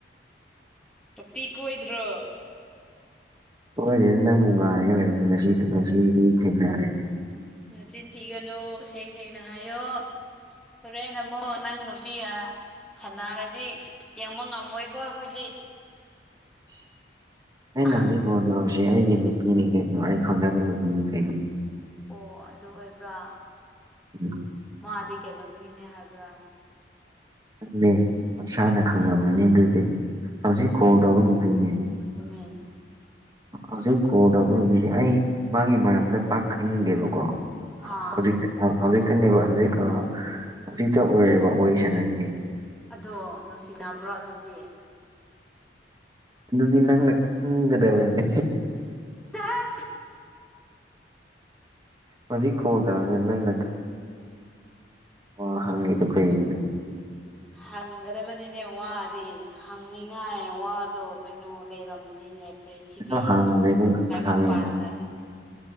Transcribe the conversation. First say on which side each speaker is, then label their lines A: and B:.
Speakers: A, in the centre; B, on the right.
A: ꯅꯨꯄꯤ ꯀꯣꯏꯗ꯭ꯔꯣ
B: ꯀꯣꯢꯗꯦꯗ ꯅꯪꯕꯨ ꯉꯥꯏꯔꯒ ꯂꯩꯕꯅꯦ ꯉꯁꯤ ꯉꯁꯤꯗꯤ ꯊꯦꯡꯅꯔꯦ
A: ꯅꯆꯤꯟ ꯊꯤꯒꯅꯨ ꯁꯦꯡ ꯁꯦꯡꯅ ꯍꯥꯏꯌꯣ ꯍꯣꯔꯦꯟ ꯑꯃꯨꯛ ꯅꯪ ꯅꯨ ꯅꯨꯄꯤꯒ ꯈꯠꯅꯔꯗꯤ ꯌꯦꯡꯕ ꯉꯝꯃꯣꯏꯀꯣ ꯑꯩꯈꯣꯏꯗꯤ
B: <inaudible> ꯑꯩꯅ
A: ꯑꯣ
B: ꯍꯧꯖꯤꯛ ꯀꯣꯜ ꯇꯧꯔꯤꯁꯤ ꯑꯩꯒꯤ ꯅꯨꯄꯤꯅꯤ ꯀꯩꯅꯣ ꯑꯩ ꯈꯪꯅꯕ ꯅꯨꯄꯤꯅꯤ ꯀꯩꯅꯣ
A: ꯑꯣ ꯑꯗꯨ ꯑꯣꯏꯕ꯭ꯔꯥ
B: ꯎꯝ
A: ꯃꯥꯗꯤ ꯀꯩ ꯂꯝꯗꯒꯤꯅꯦ ꯍꯥꯏꯕ꯭ꯔꯥ
B: ꯃꯦ ꯃꯁꯥꯅ ꯈꯪꯂꯝꯃꯅꯤ ꯑꯗꯨꯗꯤ ꯍꯧꯖꯤꯛ ꯀꯣꯜ ꯇꯧꯕ ꯅꯨꯄꯤꯅꯦ
A: ꯈꯪꯉꯦ
B: ꯍꯧꯖꯤꯛ ꯀꯣꯜ ꯇꯧꯕ ꯅꯨꯄꯤꯁꯦ ꯑꯩ ꯃꯥꯒꯤ ꯃꯔꯝꯗ ꯄꯥꯛ ꯈꯪꯗꯦꯕꯀꯣ
A: ꯑꯥ
B: ꯍꯧꯖꯤ ꯍꯧꯖꯤꯛꯇꯅꯦꯕ ꯍꯧꯖꯤꯛ ꯍꯧꯖꯤꯛꯇ ꯑꯣꯏꯑꯦꯕ ꯋꯥꯔꯤ ꯁꯥꯟꯅꯩꯖꯤ
A: ꯑꯗꯣ ꯅꯨꯡꯁꯤꯅꯕ꯭ꯔꯣ ꯑꯗꯨꯗꯤ
B: ꯑꯗꯨꯗꯤ ꯅꯪꯅ ꯈꯪꯒꯗꯕꯅꯤ
A: ꯆꯠꯂꯍꯩ
B: ꯍꯧꯖꯤꯛ ꯀꯣꯟ ꯇꯧꯔꯒ ꯅꯪ ꯑꯣ ꯍꯪꯉꯤꯗꯨ ꯀꯩꯅꯣ
A: ꯍꯪꯒꯗꯕꯅꯤꯅꯦ ꯋꯥꯗꯤ ꯍꯪꯅꯤꯡꯉꯥꯏ ꯋꯥꯗꯣ ꯀꯩꯅꯣ ꯂꯩꯔꯝꯕꯅꯤꯅꯦ ꯄ꯭ꯔꯤꯊꯤꯕꯤ
B: ꯍꯪ <unintelligible>
A: ꯇꯥꯏꯕꯪꯄꯥꯟꯗ